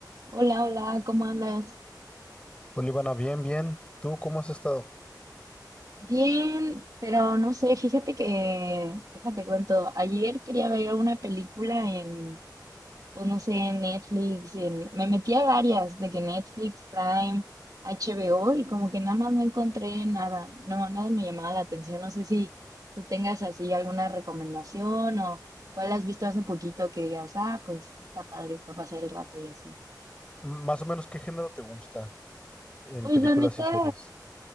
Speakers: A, on the right (about 55°); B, on the left (about 15°).
A: Hola, hola, ¿cómo andas?
B: Olivana, bien, bien. ¿Tú cómo has estado?
A: Bien, pero no sé, fíjate que, déjate cuento, ayer quería ver una película en, pues no sé, en Netflix, en, me metí a varias, de que Netflix, Prime, HBO, y como que nada más no encontré nada, no, nada me llamaba la atención, no sé si tú tengas así alguna recomendación o cuál has visto hace poquito que digas, ah, pues está padre para pasar el rato y así.
B: M- Más o menos, ¿qué género te gusta en
A: Pues
B: películas
A: la neta.
B: y series?